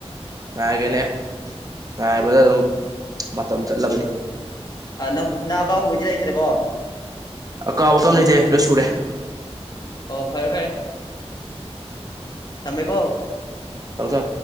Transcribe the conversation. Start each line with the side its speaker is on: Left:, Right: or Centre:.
Right: ꯉꯥꯏꯒꯅꯦ ꯉꯥꯏꯕꯗ ꯑꯗꯨꯝ ꯃꯇꯝ ꯆꯠꯂꯕꯅꯤ
Left: ꯑ ꯅꯪ ꯅꯪ ꯑꯀꯥꯎꯕꯒꯤꯗꯤ ꯂꯩꯇ꯭ꯔꯦꯀꯣ
Right: ꯀꯥꯎꯕ ꯀꯝ ꯂꯩꯇꯦ ꯂꯣꯏ ꯁꯨꯔꯦ
Left: ꯑꯣ ꯐꯔꯦ ꯐꯔꯦ ꯊꯃꯦꯃꯦ ꯀꯣ
Right: ꯇꯧꯁ